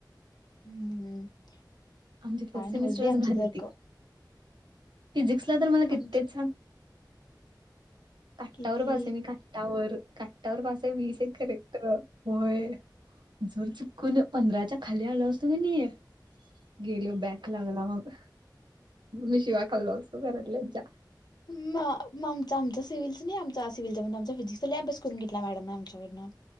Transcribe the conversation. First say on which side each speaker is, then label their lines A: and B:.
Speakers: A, on the left; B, on the right.
A: हम्म हम्म का
B: आमची फर्स्ट
A: नवंच
B: सेमिस्टरच
A: बाई उगाच
B: भारी
A: आमच्या सारखं
B: होती फिजिक्सला तर मला कित्येच
A: आमचे
B: सांग काट्टावर
A: किती
B: पास आहे मी काट्टावर काट्टावर पासाय वीस आहे करेक्ट होय जर चुकन पंधराच्या खाली आलो असतो कणी गेलो बॅक लागला मग मी शिवाय खाल्लो असतो घरातल्याच्या
A: हम्म आम आमचा सिव्हल्लस नाही आम सिव्हिलचा आमचा फिजिक्स अभ्यास करून घेतला मॅडम आमच्याकडनं